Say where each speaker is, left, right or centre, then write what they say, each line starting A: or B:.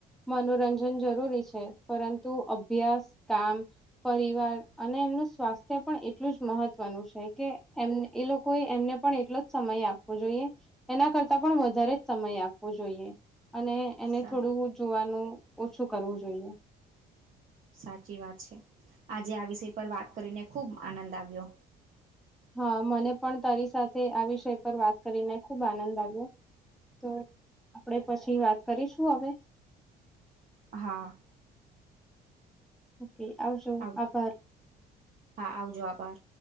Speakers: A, in the centre; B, on the right (about 45°).
A: મનોરંજન જરૂરી છે છે. પરંતુ અભ્યાસ, કામ, પરિવાર અને એમનું સ્વાસ્થ્ય પણ એટલું જ મહ મહવનું છે કે, એમ એ લોકોએ એમને પણ એટલો જ સમય આપવો જોઈએ. એના કર તા પણ વધારે જ સમય આપવો જોઈએ. અને એને
B: સા
A: થોડું જોવાનું ઓછું કરવું જોઈએ.
B: સાચી વાત છે. આજે આ વિષય પર વાત કરીને ખુબ આનંદ આવ્યો.
A: હા, મને પણ તારી સાથે આ વિષય પર વાત કરીને ખુબ આનંદ આવ્યો. તો આપડે પછી વાત કરીશું હવે?
B: હા.
A: ઓકે, આવજો
B: આવ
A: આભાર.
B: હા આવજો આભાર